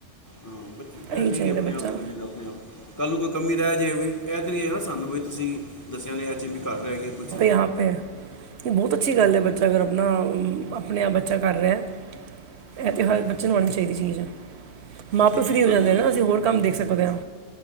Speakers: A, on the left (about 20°); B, on the right (about 70°).
A: ਹਾਂ ਬ
B: ਇਹੀ
A: ਏਹ ਠੀਕ
B: ਚਾਹੀਦਾ
A: ਏ ਆਪਣੇ
B: ਬੱਚਾ
A: ਆਪ ਕਰਨਾ ਚਾਹੀਦੈ, ਆਪਣੇ ਆਪ ਕਲ ਨੂੰ ਕੋਈ ਕਮੀ ਰਹ ਜੇ ਵੀ ਏਹ ਤੇ ਨੀ ਹੈ ਨਾ ਸਾਨੂੰ ਵੀ ਤੁਸੀ ਦੱਸਿਯਾ ਨੀ ਐ ਚੀਜ ਮੇਰੀ ਘਰ ਰਹ ਗੀ ਕੁਛ
B: ਹਾਂ ਤੇ। ਬਹੁਤ ਅੱਛੀ ਗੱਲ ਏ, ਬੱਚਾ ਅਗਰ ਅਪਣਾ ਅਪਣੇ ਆਪ ਬੱਚਾ ਕਰ ਰਯੈ। ਇਹ
A: ਹਾਂਜੀ
B: ਤੇ ਹਰ ਬੱਚੇ ਨੂੰ ਆਣੀ ਚਾਈਦੀ ਚੀਜ਼ ਮਾਂ-ਪਿਉ
A: ਠੀਕ
B: ਫਰੀ
A: ਠੀਕ
B: ਹੋ
A: ਤੁਹਾਡੀ
B: ਜਾਂਦੇ
A: ਗੱਲ
B: ਐ ਨਾ ਅਸੀ ਹੋਰ ਕੰਮ ਦੇਖ ਸਕਦੇ ਆਂ।